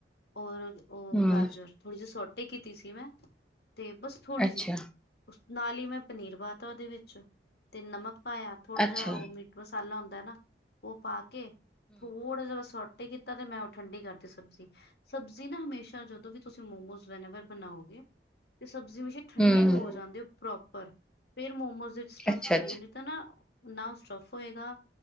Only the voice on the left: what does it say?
ਔਰ- ਓ
ਗਾਜਰ ਥੋੜ੍ਹੀ ਜੀ ਸੋਟੇ ਕੀਤੀ ਸੀ ਮੈਂ। ਤੇ ਬਸ- ਥੋੜੀ
ਜੀ। ਉਸ ਨਾਲ ਈ ਮੈਂ ਪਨੀਰ ਪਾ ਤਾ ਓਹਦੇ ਵਿੱਚ ਤੇ ਨਮਕ ਪਾਇਆ।
ਥੋੜਾ ਜ ਓ
ਮੀਟ ਮਸਾਲਾ ਹੁੰਦਾ ਨਾ ਓ ਪਾ ਕੇ ਥੋੜਾ ਜਿਆ ਸੋਟ- ਤੇ ਕੀਤਾ ਤੇ ਮੈਂ ਓ ਠੰਡੀ ਕਰਤੀ ਸਬਜ਼ੀ। ਸਬਜ਼ੀ ਨਾ ਹਮੇਸ਼ਾ ਜਦੋਂ ਵੀ ਤੁਸੀਂ ਮੋਮੋਜ਼ ਵੈਨੇਵਰ ਬਣਾਓਗੇ ਤੇ ਸਬਜ਼ੀ ਹਮੇਸ਼ਾ
ਠੰਡੀ ਹੋ ਜਾਨ ਦਿਓ ਪ੍ਰੋਪਰ ਫੇਰ ਮੋਮੋਸ ਵਿਚ ਸਟਫ
ਕਰੀਓ
ਨ‌ਈ ਤਾਂ ਨਾ ਨਾ ਸਟੱਫ ਹੋਏਗਾ